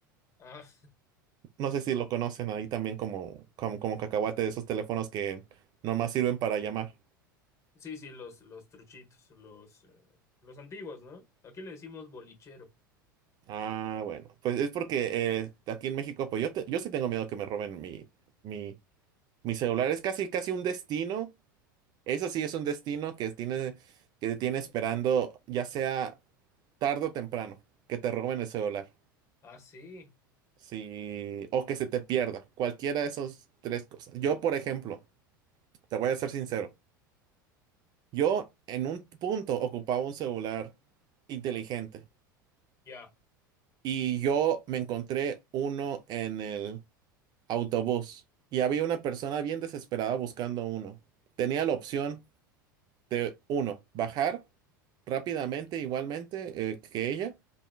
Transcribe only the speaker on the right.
No sé si lo conocen ahí también como, como, como cacahuate de esos teléfonos que nomás sirven para llamar.
Ah, bueno, pues es porque eh, aquí en México, pues yo, te- yo sí tengo miedo que me roben mi mi... Mi celular es casi, casi un destino. Eso sí es un destino que tiene, que te tiene esperando, ya sea tarde o temprano, que te roben el celular.
Sí, o que se te pierda. Cualquiera de esas tres cosas. Yo, por ejemplo, te voy a ser sincero. Yo en un punto ocupaba un celular inteligente
y yo me encontré uno en el autobús y había una persona bien desesperada buscando uno. Tenía la opción. de uno, bajar rápidamente, igualmente eh, que ella,